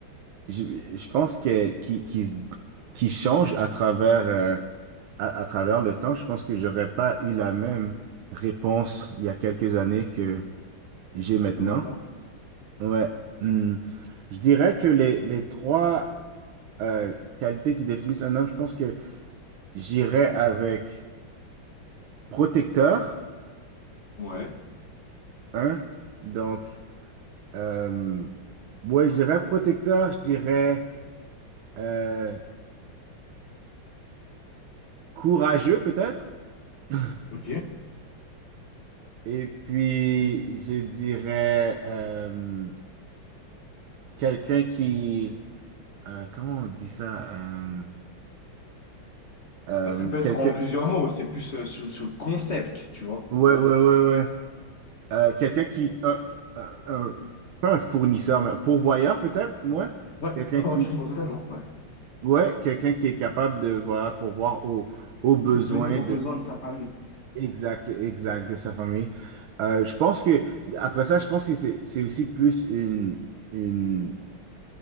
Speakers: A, on the right; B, on the left.
A: je, je pense que qui, qui, se- qui change à travers euh, à, à travers le temps. Je pense que j'aurais pas eu la même réponse il y a quelques années que j'ai maintenant.
B: que maintenant.
A: Ouais. Hum, Je dirais que les, les trois euh, qualités qui définissent un homme, je pense que j'irais avec protecteur,
B: Ouais.
A: hein. Donc Euh, ouais, je dirais protecteur, je dirais euh, courageux peut-être. <laughs>
B: Ok. Ouais,
A: Et puis, je dirais euh, quelqu'un qui... euh, comment on dit ça? Euh, euh,
B: Après, ça peut être
A: quelqu'un...
B: en plusieurs mots, c'est plus euh, sur, sur le concept, tu vois.
A: Ouais, ouais, ouais, ouais. Euh, quelqu'un qui... un- un- un- pas un fournisseur, mais un pourvoyeur peut-être, ouais.
B: Ouais,
A: Quelqu'un
B: ouais,
A: qui...
B: ouais, je comprends totalement, ouais.
A: Ouais, quelqu'un qui est capable de voilà, pourvoir aux, aux besoins
B: Subvenir aux besoins de sa famille.
A: Exact, exact, de sa famille. Euh, je pense que, après ça, je pense que c'est c'est aussi plus une, une,